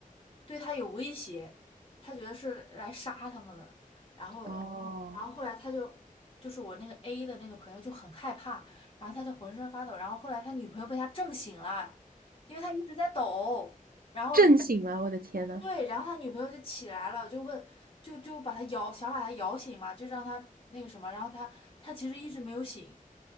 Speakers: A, on the left; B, on the right.
A: 对他有威胁，他觉得是来杀他们的，然后然后后来他就。
B: 哦，
A: 就是我那个 A 的那个朋友就很害怕，然后他就浑身发抖，然后后来他女朋友被他震醒了，因为他一直在抖。然后他
B: 震醒了，我的天呐！
A: 对，然后他女朋友就起来了，就问，就就把他摇，想把他摇醒嘛，就让他那个什么，然后他他其实一直没有醒，